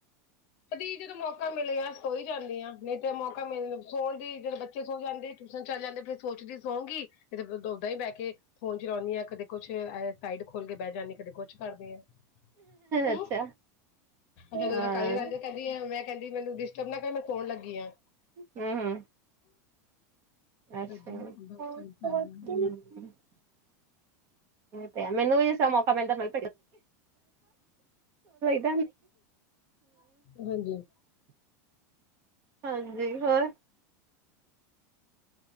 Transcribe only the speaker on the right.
ਅੱਛਾ
ਹਾਂ
ਹੂੰ ਹੂੰ
ਅੱਛਾ ਹਮ,
ਇਹ ਤੇ ਮੈਨੂੰ ਵੀ ਇਸ ਤ ਮੌਕਾ ਮਿਲਦਾ ਲ <unintelligible>
ਹਾਂਜੀ, ਹੋਰ।